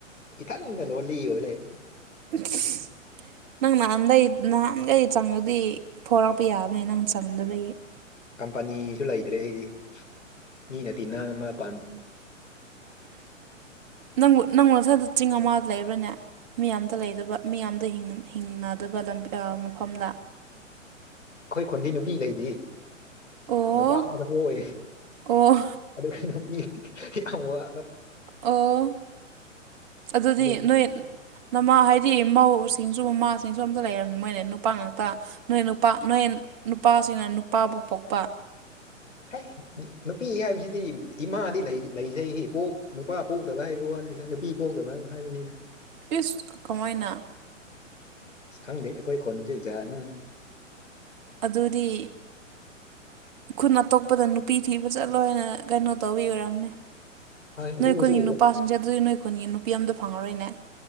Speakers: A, on the left (about 70°); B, on the right (about 35°).
A: ꯏꯊꯟꯇꯥ ꯂꯣꯜꯂꯤ ꯑꯣꯏ ꯂꯩꯔꯦ
B: <unintelligible> ꯅꯪ ꯅꯍꯥꯟꯗꯩ ꯅꯍꯥꯟꯒꯩ ꯆꯪꯉꯗꯤ ꯐꯥꯎꯔꯛꯄ ꯌꯥꯕꯅꯦ ꯅꯪꯅ ꯆꯪꯗꯕꯒꯤ
A: ꯀꯝꯄꯅꯤꯁꯨ ꯂꯩꯇ꯭ꯔꯦ ꯑꯩꯗꯤ ꯃꯤꯅ ꯇꯤꯟꯅ ꯑꯃ ꯄ
B: ꯅꯪꯕꯨ ꯅꯪꯕꯨ ꯅꯊꯟꯇ ꯆꯤꯡ ꯑꯃꯗ ꯂꯩꯕ꯭ꯔꯅꯦ ꯃꯤ ꯑꯃꯇꯥ ꯂꯩꯇꯕ ꯃꯤ ꯑꯃꯗ ꯍꯤꯡꯅꯗꯕ ꯂꯝ ꯃꯐꯝꯂꯥ
A: ꯑꯈꯣꯏ ꯈꯨꯟꯗꯤ ꯅꯨꯄꯤ ꯂꯩꯗꯤ
B: ꯑꯣ
A: ꯅꯨꯄꯥ ꯉꯥꯛꯇ ꯄꯣꯛꯑꯦ
B: ꯑꯣ
A: ꯑꯗꯨꯒꯤ ꯅꯨꯄꯤ ꯌꯥꯝ ꯋꯥ
B: ꯑꯣ ꯑꯗꯨꯗꯤ
A: ꯑꯗꯨꯒꯤ
B: ꯅꯣꯏ ꯅꯃꯥ ꯍꯥꯏꯗꯤ ꯃꯧꯁꯤꯡꯁꯨ ꯃꯃꯥꯁꯤꯡꯁꯨ ꯑꯝꯇ ꯂꯩꯔꯝꯃꯣꯏꯅꯦ ꯅꯨꯄꯥ ꯉꯥꯛꯇ ꯅꯣꯏ ꯅꯨꯄꯥ ꯅꯣꯏ ꯅꯨꯄꯥꯁꯤꯡꯅ ꯅꯨꯄꯥꯕꯨ ꯄꯣꯛꯄ
A: ꯍꯩ ꯅꯨꯄꯤ ꯍꯥꯏꯕꯁꯤꯗꯤ ꯏꯃꯥꯗꯤ ꯂꯩꯖꯩ ꯍꯦ ꯄꯣꯛ ꯅꯨꯄꯥ ꯄꯣꯛꯇꯕ ꯍꯥꯏꯕ ꯋꯥꯅꯤ ꯑꯦ ꯅꯨꯄꯤ ꯄꯣꯛꯇꯕ ꯍꯥꯏꯕꯅꯤꯗ
B: ꯏꯁ ꯀꯃꯥꯏꯅ
A: ꯑꯁ ꯈꯪꯗꯦ ꯑꯩꯈꯣꯏ ꯈꯨꯟꯁꯦ ꯖꯥꯠ ꯑꯃꯅꯤ
B: ꯑꯗꯨꯗꯤ ꯈꯨꯟ ꯑꯇꯣꯞꯄꯗ ꯅꯨꯄꯤ ꯊꯤꯕ ꯆꯠꯂꯣ ꯍꯥꯏꯅ ꯀꯩꯅꯣ ꯇꯧꯕꯤ ꯑꯣꯏꯔꯝꯅꯤ
A: ꯍꯣꯏ ꯑꯗꯨꯕꯨꯁꯨ
B: ꯅꯣꯏ ꯈꯨꯟꯒꯤ ꯅꯨꯄꯥꯥꯁꯤꯡꯁꯦ ꯑꯗꯨꯗꯤ ꯅꯣꯏ ꯈꯨꯟꯒꯤ ꯅꯨꯄꯤ ꯑꯝꯇ ꯐꯪꯉꯔꯣꯏꯅꯦ